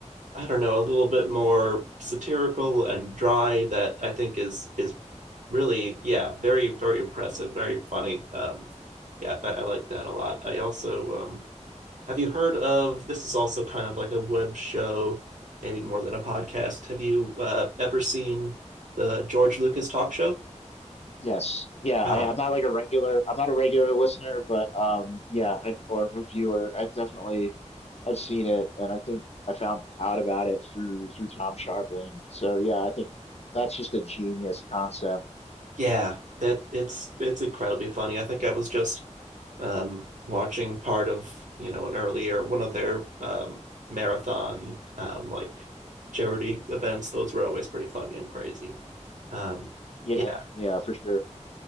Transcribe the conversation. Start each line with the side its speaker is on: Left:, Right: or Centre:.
Right: I don't know a little bit more satirical and dry that I think is is really yeah very very impressive, very funny. Um, yeah, I, I like that a lot. I also um, have you heard of this? Is also kind of like a web show, maybe more than a podcast. Have you uh, ever seen the George Lucas talk show?
Left: Yes. Yeah,
Right: Ah,
Left: I, I'm not like a regular I'm not a regular listener, but um yeah, I've or reviewer. I've definitely I've seen it and I think I found out about it through through Tom Sharpling. So yeah, I think that's just a genius concept.
Right: yeah, that it's it's incredibly funny. I think I was just um, watching part of you know an earlier one of their um, marathon um, like charity events. Those were always pretty funny and crazy. Um,
Left: Yeah,
Right: yeah,
Left: yeah, for sure.